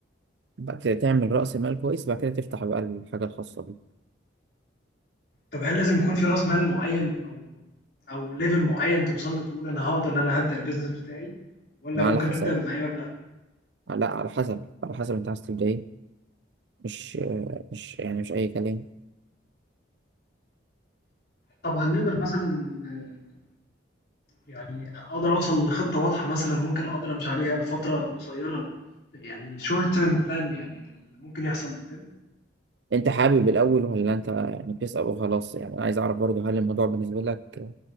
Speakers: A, on the right (about 65°); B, on the left (about 55°).
A: بعد كده تعمل رأس مال كويس بعد كده تفتح بقى الحاجة الخاصة بيك
B: طب هل لازم يكون في راس مال معين او او ليفل معين توصل له تقول انا هقدر ان انا هبدا البيزنس بتاعي ولا
A: ما
B: ممكن
A: على حسب
B: ابدا بأي مبلغ؟
A: لا على حسب على حسب انت عايز تبدأ ايه مش مش يعني مش أي كلام
B: طب هنقدر مثلا آه، يعني اقدر اوصل لخطه واضحه مثلا ممكن اقدر امشي عليها لفتره قصيره يعني شورت تيرم بلان يعني ده اللي ممكن يحصل قدام
A: انت حابب الأول ولا انت يعني بتسأل وخلاص يعني أنا عايز أعرف برضه هل الموضوع بالنسبة لك